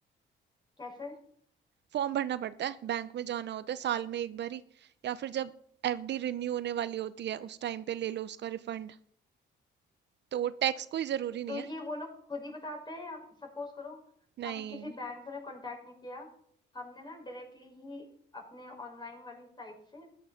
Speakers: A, on the left; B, on the right.
A: कैसे
B: फॉर्म भरना पड़ता है बैंक में जाना होता है साल में एक बार ही या फिर जब एफडी रिन्यू होने वाली होती है उस टाइम पे ले लो उसका रिफंड तो टैक्स कोई जरूरी नहीं
A: तो
B: है
A: ये वो लोग खुद ही बताते हैं या सपोज करो
B: नहीं
A: हम किसी बैंक से ने कांटेक्ट नहीं किया हमने ना डायरेक्टली ही अपने ऑनलाइन वाली साइट से